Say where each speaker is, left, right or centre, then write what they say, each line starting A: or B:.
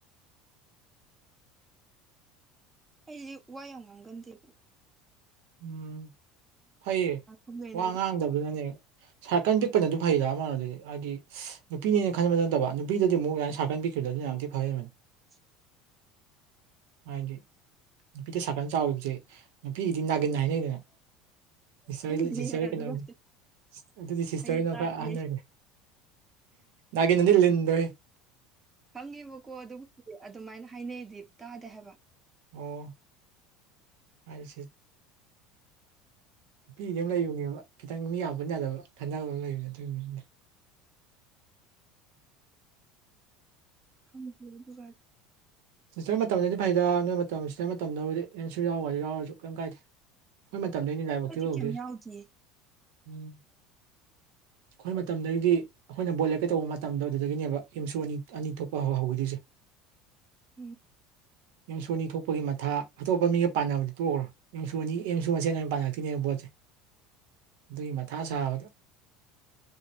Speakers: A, on the right; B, on the right.
A: ꯑꯩꯗꯤ ꯋꯥ ꯌꯥꯝ ꯉꯥꯡꯒꯟꯗꯦꯕ
B: ꯎꯝ ꯐꯩꯌꯦ
A: ꯉꯥꯡꯒꯟꯗꯦꯈꯩꯅ
B: ꯋꯥ ꯉꯥꯡꯗꯕꯗꯨꯅꯅꯦ ꯁꯥꯔꯀꯟ ꯄꯤꯛꯄꯅꯗꯤ ꯐꯩꯗ ꯑꯃꯔ‌ꯣꯝꯗ ꯍꯥꯏꯗꯤ ꯅꯨꯄꯤꯅꯦꯅ ꯈꯟꯕ ꯅꯠꯇꯕ ꯅꯨꯄꯤꯗꯗꯤ ꯑꯃꯨꯛ ꯑꯗꯥꯏꯅ ꯁꯥꯔꯀꯟ ꯄꯤꯛꯈꯤꯕꯗ‌ꯣ ꯑꯗꯨꯅ ꯌꯥꯝ‌ ꯊꯤꯅ ꯐꯥꯕ ꯍ‌‌ꯦꯟꯕꯅꯤ
A: <inaudible>
B: ꯍꯥꯏꯗꯤ ꯅꯨꯄꯤꯗ ꯁꯥꯔꯀꯟ ꯆꯥꯎꯈꯤꯕꯁꯦ ꯅꯨꯄꯤ ꯗꯨꯗꯤ ꯅꯥꯒꯤꯟ ꯍꯥꯏꯅꯩꯗꯅ ꯁꯤꯁꯇꯔ
A: ꯈꯪꯗꯦ
B: ꯁꯤꯁꯇꯔ
A: ꯑꯗꯨꯒ
B: ꯀꯩꯅꯣꯅꯤ ꯑꯗꯨꯗꯤ ꯁꯤꯁꯇꯔꯅ
A: ꯑꯩ ꯇꯥꯗꯦ
B: ꯈꯔ ꯑꯍꯟ ꯑꯣꯏꯅꯤ ꯅꯤꯒꯤꯟ ꯍꯥꯏꯗꯤ ꯂꯤꯟꯗ‌ꯣꯍ‌ꯦ
A: ꯈꯪꯉꯦꯕꯀꯣ ꯑꯗꯨꯕꯨꯗꯤ ꯑꯗꯨꯃꯥꯏꯅ ꯍꯥꯏꯅꯩꯗꯤ ꯇꯥꯗꯦ ꯍꯥꯏꯕ
B: ꯑꯣ ꯑꯩꯁꯤ ꯅꯨꯄꯤꯒꯤꯗꯤ ꯑꯃ ꯂꯩꯕꯅꯦꯕ ꯈꯤꯇꯪ ꯃꯤ ꯌꯥꯝ ꯄꯨꯟ ꯌꯥꯗꯕ ꯈꯟꯅꯕ ꯑꯃ ꯂꯩꯕꯅꯦ ꯑꯗꯨꯏꯅꯤ
A: ꯈꯪꯗ‌ꯦ ꯑꯗꯨꯒꯗꯤ
B: ꯁꯤꯁꯇꯔ ꯃꯇꯝꯗꯗꯤ ꯐꯩꯗ ꯅꯣꯏ ꯃꯇꯝ ꯁꯤꯇꯔ ꯃꯇꯝꯗꯕꯨꯗꯤ ꯑꯦꯝꯁꯨ ꯌꯥꯎ ꯍꯥꯏꯗꯨ ꯌꯥꯎꯔꯁꯨ ꯀꯩꯝ ꯀꯥꯏꯗꯦ ꯑꯩꯈ‌ꯣꯏ ꯃꯇꯝꯗꯩꯅꯦ ꯂꯥꯏꯕꯛ
A: ꯑꯩꯗꯤ
B: ꯊꯤꯕ
A: ꯀꯩꯝ
B: ꯍꯧꯗꯣꯏꯁ‌ꯦ
A: ꯌꯥꯎꯗꯦ
B: ꯎꯝ ꯑꯩꯈꯣꯏ ꯃꯇꯝꯗꯩꯗꯤ ꯑꯩꯈꯣꯏꯅ ꯕꯣꯠ ꯂꯦꯝꯀ‌ꯦ ꯇꯧꯕ ꯃꯇꯝꯗꯣ ꯑꯗꯨꯗꯒꯤꯅꯦꯕ ꯑꯦꯝꯁꯨ ꯑꯅꯤ ꯑꯅꯤ ꯊꯣꯛꯄ ꯍꯧ ꯍꯧꯈꯔꯤꯁꯦ
A: ꯎꯝ
B: ꯑꯦꯝꯁꯨ ꯑꯅꯤ ꯊꯣꯛꯄꯒꯤ ꯃꯊꯥ ꯑꯇꯣꯞꯄ ꯃꯤꯒ ꯄꯥꯟꯅꯕꯗꯤ ꯇꯣꯛꯈ꯭ꯔꯣ ꯑꯦꯝ ꯁꯨ ꯑꯅꯤ ꯑꯦꯝ ꯁꯨ ꯃꯁ‌ꯦꯟ ꯑꯣꯏꯅ ꯄꯥꯟꯅꯔꯛꯇ‌ꯣꯏꯅꯦꯕ ꯕ‌ꯣꯠꯁꯦ ꯑꯗꯨꯏ ꯃꯊꯥ ꯁꯥꯕꯗ